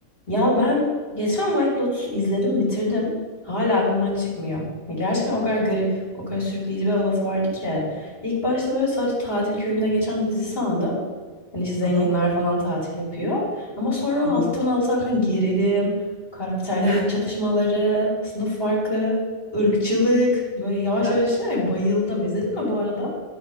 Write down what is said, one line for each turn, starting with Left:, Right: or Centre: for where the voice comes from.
Left: Ya ben geçen White Lotus'u izledim, bitirdim. Hala aklımdan çıkmıyor. Ya Gerçekten o kadar garip, o kadar sürükleyici bir havası vardı ki. İlk başta böyle sadece tatil köyünde geçen bir dizi sandım. Hani işte zenginler
Right: Hı hı,
Left: falan tatil yapıyor. Ama sonra
Right: hı
Left: alttan
Right: hı.
Left: alta akan gerilim, karakterlerin
Right: <laughs>
Left: iç çatışmaları, sınıf farkı, ırkçılık. Böyle yavaş
Right: Evet
Left: yavaş şey bayıldım. İzledin mi bu arada?